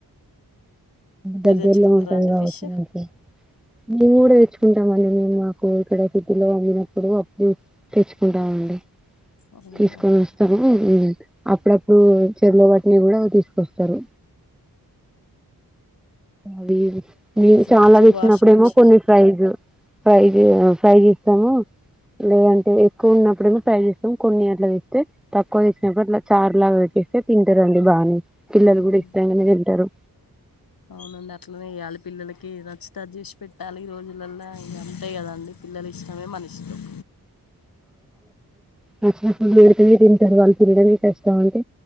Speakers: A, in the centre; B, on the left.
A: దగ్గరలో
B: మీరు తెచ్చుకుంటారా
A: ఉంటాది
B: అండి
A: కావసం
B: ఫిష్
A: నుంచి నే కూడ తెకుంటామ అని మేము మాకు ఇక్కడ సిద్ధలో వండినప్పుడు అప్పుడు తెచ్చుకుంటామండి
B: అవునా
A: తీసుకొని వస్తాము అప్పుడప్పుడు చెరుల వాటిని కూడా తీసుకొస్తారు అవి న
B: ఫ్రిడ్జ్
A: చాలా ఇచ్చినప్పుడేమో
B: వాషింగ్ మిషిన్
A: కొన్ని ప్రైజు ఫైవ ఫ్రై్ చే ఇస్తాము లేదంటే ఎక్కువ ఉన్నప్పుడమ టై చేస్తాం కొన్ని అట్లా వేస్తే తక్కువ వేసినప్పుడు అట్లా చార్ లాగా పెట్టి స్తే తింటారుండి బాగానే పిల్లలు
B: అవును
A: కూడా ఇష్టంగానే తింటారు
B: అవునండి అట్లనే వయాలి పిల్లలకి నచ్చుతాారు చేసి పెట్టాలి ఈ రోజు పిల్లల ఇ అంతాయి కదండి పిల్లల ఇష్టమే మన ఇష్టం
A: చ్చ వేడి తింటారు వాళ్ళు తినడానికి కష్టం అంటే